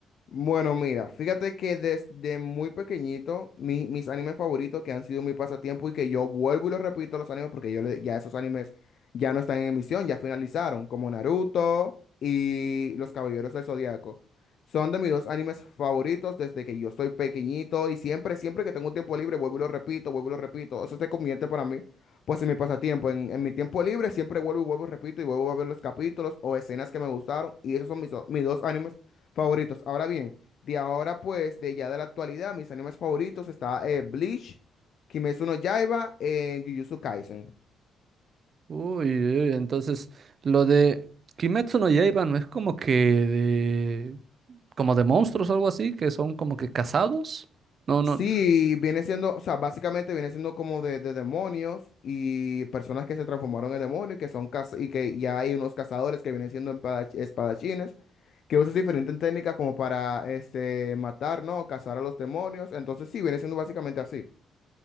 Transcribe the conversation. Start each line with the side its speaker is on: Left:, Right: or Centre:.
Left: Bueno, mira, fíjate que desde muy pequeñito, mi- mis animes favoritos que han sido mi pasatiempo y que yo vuelvo y los repito los animes porque yo le- ya esos animes ya no están en emisión, ya finalizaron, como Naruto y Los Caballeros del Zodiaco. Son de mis dos animes favoritos desde que yo soy pequeñito y siempre, siempre que tengo un tiempo libre, vuelvo y lo repito, vuelvo y lo repito. Eso se convierte para mí, pues en mi pasatiempo. En, en mi tiempo libre siempre vuelvo y vuelvo y repito y vuelvo a ver los capítulos o escenas que me gustaron y esos son mis, do- mis dos animes favoritos. Ahora bien, de ahora pues, de ya de la actualidad, mis animes favoritos está eh, Bleach, Kimetsu no Yaiba, eh, Jujutsu Kaisen.
Right: Uy, uy, entonces lo de Kimetsu no Yaiba no es como que de, como de monstruos o algo así, que son como que casados. No, no.
Left: Sí, viene siendo, o sea, básicamente viene siendo como de, de demonios y personas que se transformaron en demonios y que son caz- y que ya hay unos cazadores que vienen siendo empada- espadachines que usan diferentes técnicas como para este matar, ¿no? Cazar a los demonios. Entonces sí, viene siendo básicamente así.